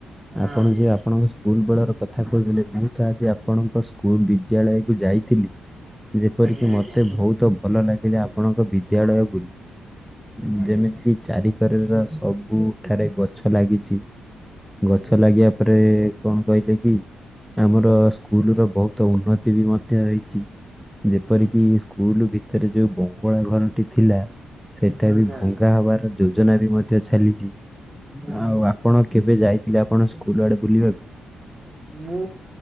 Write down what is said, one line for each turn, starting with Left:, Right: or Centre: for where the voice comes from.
Right: ହଁ
Centre: ଆପଣ ଯେ ଆପଣଙ୍କ ସ୍କୁଲ ବେଳର କଥା କହିଥିଲେ ମୁଁ ତ ଆଜି ଆପଣଙ୍କ ସ୍କୁଲ ବିଦ୍ୟାଳୟକୁୁ ଯାଇଥିଲି ଯେପରିକି
Right: ଆଜ୍ଞା
Centre: ମୋତେ
Right: ଆଜ୍ଞା
Centre: ଭୋହୁତ ଭଲ ଲାଗିଲା ଆପଣଙ୍କ ବିଦ୍ୟାଳୟ ବୁଲି।
Right: ଆଜ୍ଞା
Centre: ଯେମିତି କିି ଚାରିିକରର ସବୁଠାରେ ଗ ଛ ଲାଗିଚି
Right: ହୁଁ
Centre: ଗଛ ଲାଗିବା ପ ପଟେ କଣ କହିଲେ କି ଆମର ସ୍କୁଲ ର ବହୁତ ଉନ୍ନତି ବି ମ ଧ୍ୟ ହେଇଚି ଯେପରିକି
Right: ହୁଁ
Centre: ସ୍କୁଲ ଭିତରେ ଯୋଉ ବଙ୍ଗଳା ଘରଟି ଥିଲା ସେଇଟା
Right: ଆଜ୍ଞା
Centre: ବି ଭଙ୍ଗା
Right: ଆଜ୍ଞା।
Centre: ହବାର ଯୋଜନା ବି ମଧ୍ୟ ଚାଲିଚି
Right: ହୁଁ
Centre: ଆଉ ଆପଣ କେବେ ଯାଇଥିଲେ ଆପଣ ସ୍କୁଲ ଆଡେ ବୁଲିବାକୁ?
Right: ମୁଁ